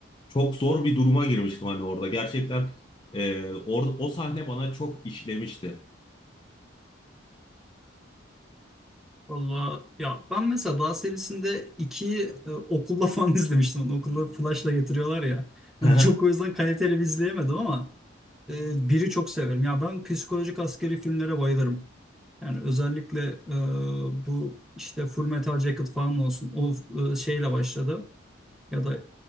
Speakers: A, on the left (about 25°); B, in the centre.
A: Çok zor bir duruma girmiştim hani orada. Gerçekten e, or- o sahne bana çok işlemişti.
B: Valla ya ben mesela Dağ serisinde 2'yi e, okulda falan <laughs> izlemiştim. Onu okulda flashla getiriyorlar ya. Hani
A: <laughs> Hı
B: çok o yüzden kaliteli bir izleyemedim ama e, biri çok severim. Ya ben psikolojik askeri filmlere bayılırım. Yani özellikle e, bu işte Full Metal Jacket falan olsun. O e, şeyle başladı ya da e,